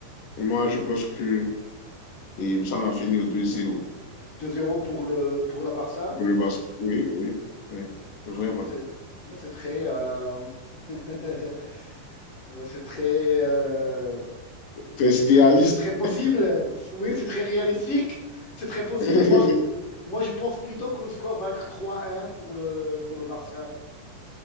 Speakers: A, on the left (about 65°); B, on the left (about 50°).
A: moi, je pense que et ça va finir 2-0
B: 2 zéro pour le pour la Barça?
A: pour le Barça. Oui, oui, oui, vraiment.
B: Oh, c'est, moi, c'est très, euh, <laughs> moi, c'est très, euh,
A: Très idéaliste.
B: c'est c'est très possible. Oui, c'est très réalistique. C'est très possible.
A: <laughs>
B: Moi, moi, je pense plutôt que le score va être trois un pour le pour le Barça.